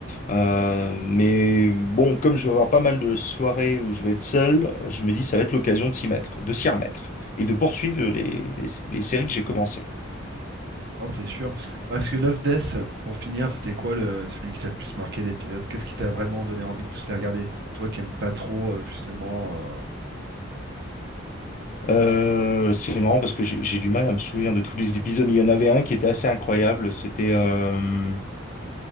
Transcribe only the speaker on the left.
Euh, mais bon, comme je vais avoir pas mal de soirées où je vais être seul, je me dis ça va être l'occasion de s'y mettre, de s'y remettre et de poursuivre les, les, les séries que j'ai commencées.
Euh, c'est marrant parce que j'ai j'ai du mal à me souvenir de tous les épisodes, mais il y en avait un qui était assez incroyable. C'était, euh,